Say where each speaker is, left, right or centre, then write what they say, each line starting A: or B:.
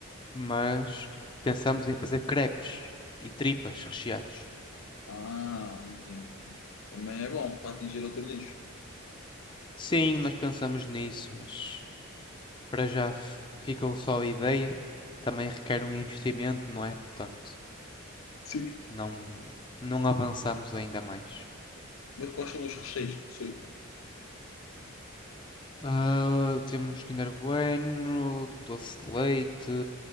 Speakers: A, on the left (about 20°); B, on the left (about 70°).
A: Mas pensamos em fazer crepes e tripas recheados.
B: Ah, entendo, entendo. Também é bom para atingir outro nicho.
A: Sim, nós pensamos nisso, mas para já f- ficou só a ideia. Também requer um investimento, não é? Portanto,
B: Sim.
A: não, não avançamos ainda mais.
B: Mas quais são os recheios que possui?
A: Ah, temos Kinder Bueno, doce de leite,